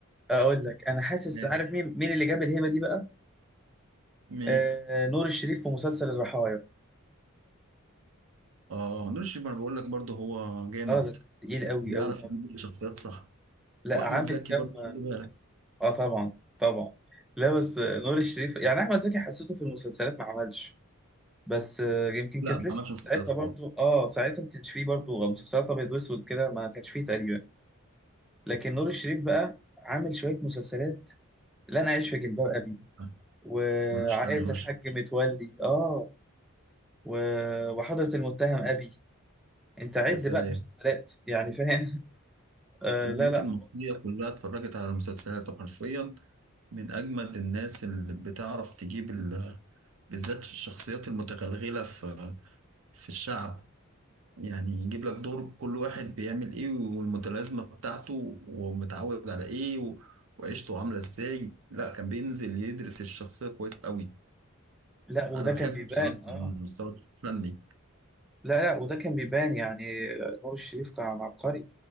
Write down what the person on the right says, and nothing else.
الناس
مين
اه نور الشريف ما انا بقول لك برضه هو جامد
بيعرف
يجيب الشخصيات صح
واحمد
زكي
برضه خلي بالك
لا
ما
عملش مسلسلات
خالص
آه،
ملوش حل نور الشريف.
يا سلام
البيوت
المصرية كلها اتفرجت على مسلسلاته حرفيا من أجمد الناس اللي بتعرف تجيب ال... بالذات الشخصيات المتغلغلة في في الشعب يعني يجيب لك دور كل واحد بيعمل إيه والمتلازمة بتاعته ومتعود على إيه و... وعيشته عاملة إزاي لا كان بينزل يدرس الشخصية كويس قوي
أنا بحبه
بصراحة
على المستوى الفني